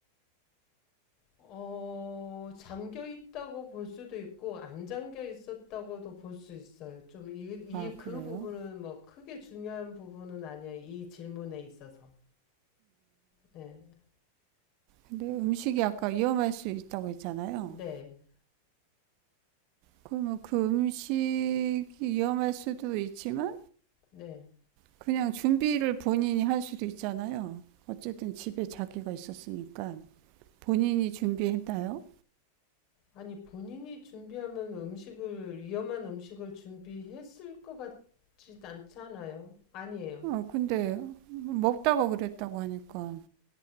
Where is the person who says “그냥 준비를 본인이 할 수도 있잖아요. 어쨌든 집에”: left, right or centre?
Right